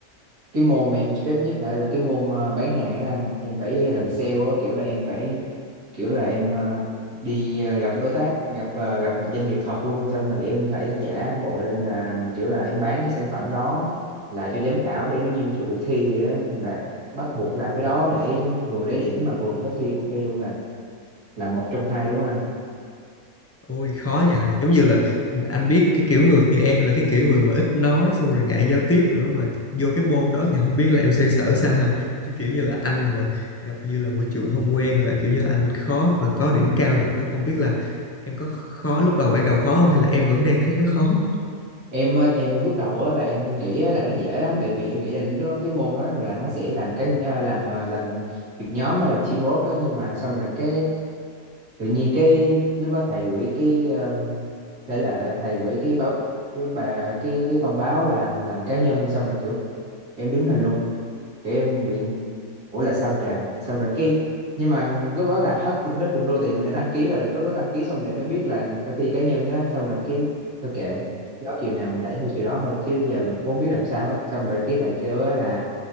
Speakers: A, on the right; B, on the left.
A: cái môn mà em stress nhất hả là cái môn ờ, bán hàng ấy anh em phải làm sale á kiểu là em phải kiểu là em ờ, đi ờ, gặp đối tác gặp ờ, gặp doanh nghiệp thật luôn xong rồi em phải giả bộ là em là kiểu là em bán cái sản phẩm đó là cho giám khảo để giống như thi cuộc thi vậy á là bắt buộc làm cái đó để vừa lấy điểm mà vừa phải thi cuộc thi luôn là là một trong hai đúng không anh
B: Ôi khó nha giống như là ừ, anh biết cái kiểu người như em là cái kiểu người mà ít nói xong rồi ngại giao tiếp nữa mà vô cái môn đó thì không biết là em xoay sở sao ha chứ kiểu như là anh mà gặp như là môi trường không quen là kiểu như là anh khó mà có điểm cao được á không biết là em có khó lúc đầu ban đầu khó không hay là em vẫn đang thấy nó khó
A: em á, em lúc đầu á, là em nghĩ á, là nó dễ lắm tại vì em nghĩ là lúc đó cái môn đó là nó sẽ làm cái à, làm à, làm việc nhóm á, làm teamwork đó nhưng mà xong rồi cái tự nhiên cái lúc đó thầy gửi cái um, thế là thầy gửi cái báo cái bà cái cái thông báo là làm cá nhân xong rồi kiểu em đứng hình luôn kiểu em bị ủa là sao trời xong rồi cái nhưng mà lúc đó là hết hết đường lui thì mình đã đăng ký rồi lúc đó đăng ký xong để mới biết là phải thi cá nhân á xong rồi cái thôi kệ gió chiều nào mình đẩy theo chiều đó thôi chứ giờ mình cũng không biết làm sao hết xong rồi cái thầy kêu á là